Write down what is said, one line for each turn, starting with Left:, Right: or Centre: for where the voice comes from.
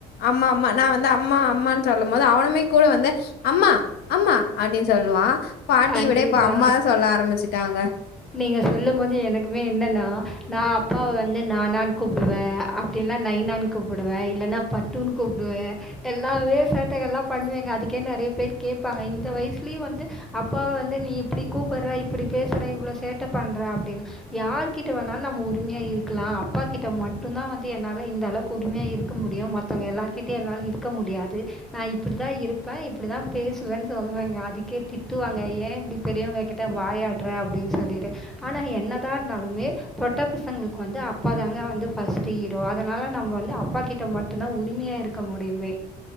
Left: அம்மா அம்மா நா வந்து அம்மா அம்மான் ச சொல்லும் போது அவனமே கூட வந்து அம்மா அம்மா அப்டின் சொல்லுவா பாட்டி
Centre: கண்டிப்பா.
Left: விட இப்ப அம்மாதா சொல்ல ஆரம்பிச்சுட்டாங்க
Centre: நீங்க சொல்லு போது எனக்குமே என்னனா நா அப்பாவ வந்து நானான் கூப்டுவே அப்டினா நைநான் கூப்டுவ இல்லன்னா பட்டுன் கூப்டுவ எல்லாவே சேட்டைகல்லா பண்ணுவேங்க அதுக்கே நெறய பேர் கேப்பாங்க இந்த வயசுலயு வந்து அப்பாவ வந்து நீ இப்டி கூப்டுற இப்டி பேசுற இவ்ளோ சேட்டை பண்ற அப்டின்னு யார் கிட்ட வேணாலு நம்ம உரிமையா இருக்கலா அப்பா கிட்ட மட்டும்தா வந்து என்னால இந்த அளவுக்கு உரிமையா இருக்க முடியு மத் த்தங்க எல்லாருகிட்டயு என்னால இருக்க முடியாது நா இப்டிதா இருப்ப இப்டிதா பேசுவேன் சொல்வேங்க அதுக்கே திட்டுவாங்க ஏ இப்டி பெரியவங்க கிட்ட வாயாடுற அப்டின் சொல்லிட்டு ஆனா என்னதாக இருந்தாலுமே பொட்ட பசங்களுக்கு வந்து அப்பாதாங்க வந்து ஃபர்ஸ்ட் ஹீரோ அதனால நம்ம வந்து அப்பா கிட் மட்டுதா உரிமையா இருக்க முடியுமே